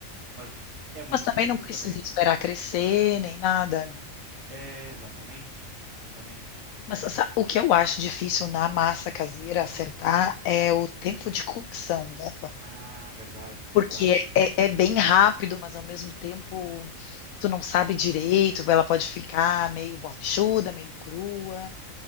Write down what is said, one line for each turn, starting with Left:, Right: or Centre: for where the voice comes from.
Right: Mas é muito
Left: Mas também
Right: simples
Left: não precisa
Right: também.
Left: esperar crescer nem nada, né?
Right: É, exatamente, exatamente.
Left: Mas sa- o que eu acho difícil na massa caseira acertar é o tempo de cocção dela.
Right: Ah, verdade,
Left: Porque
Right: verdade, né?
Left: é, é- é bem rápido, mas ao mesmo tempo tu não sabe direito, ela pode ficar meio borrachuda, meio crua.